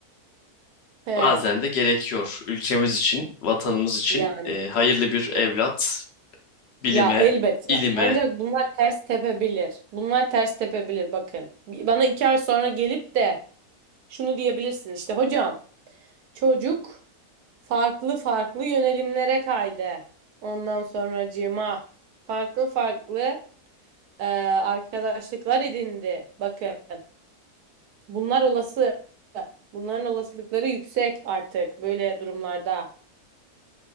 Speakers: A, on the right; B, on the left.
A: He.
B: bazen de gerekiyor ülkemiz için vatanımız için
A: Yani.
B: eee, hayırlı bir evlat bilime
A: Ya elbette.
B: ilime
A: Ancak bunlar ters tepebilir. Bunlar ters tepebilir bakın. Bana iki ay sonra gelip de şunu diyebilirsin işte hocam çocuk Farklı farklı yönelimlere kaydı. Ondan sonracığıma farklı farklı e, arkadaşlıklar edindi. Bakın bunlar olası. Bunların olasılıkları yüksek artık böyle durumlarda.